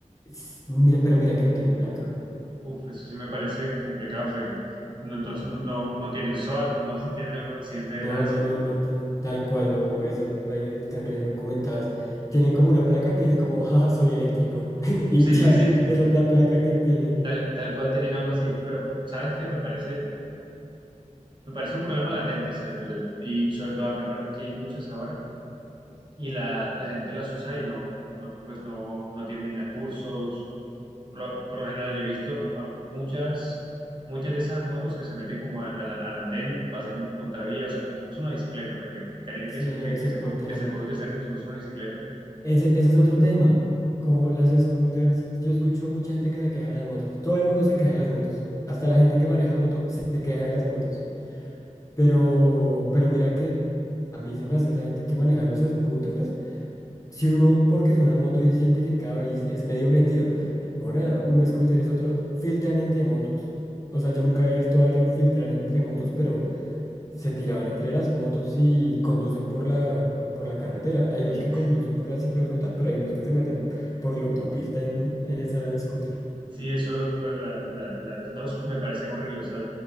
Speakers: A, on the left; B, on the right.
A: s- mira, pero mira que no tienen placa.
B: Uf, eso sí me parece complicado porque no, entonces no, no, no tienen SOAT, ¿cómo así tienen algún accidente de
A: No,
B: tránsito?
A: no, no,
B: <laughs>
A: no tienen. Tal cual, no. Esas vainas están re documentadas. Tienen como una placa que dice como, jaja, soy eléctrico. <laughs> Y
B: Sí,
A: ya,
B: sí,
A: esa es la placa que tienen.
B: tal, tal cual tienen algo así, pero sabes que me parece, me parece un problema latente, ¿cierto? De- y sobre todo acá en Barranquilla hay muchas ahora y la, la gente las usa y no, no pues no, no atienden a cursos. Por lo, por lo general yo he visto a muchas, muchas de esas motos que se meten como a- a la- al andén, pasan en contravía, o sea, como si fuese una bicicleta, porque creen
A: Sí,
B: que, son,
A: no
B: que,
A: les
B: que
A: importa
B: se puede, que
A: nada.
B: se puede utilizar como si fuese una bicicleta
A: Ese, ese es otro tema. Como las scooters, yo escucho mucha gente que se queja de las motos. Todo el mundo se queja de las motos. Hasta la gente que maneja moto se queja de las motos. Pero, pero mira que a mí se me hace esa gente que maneja los scooters. Si uno porque es una moto y siente que cada vez es medio metido, ahora un scooter es otro, filtran entre motos. O sea, yo nunca había visto a alguien filtrar entre motos, pero se tiraban entre las motos y conducen por la, por la carretera. Hay unos
B: Sí,
A: que conducen por la ciclorruta, pero hay unos que se meten por la autopista en, en esa scooter.
B: sí, eso lo- lo- la- la- las dos me parecen horribles. O sea,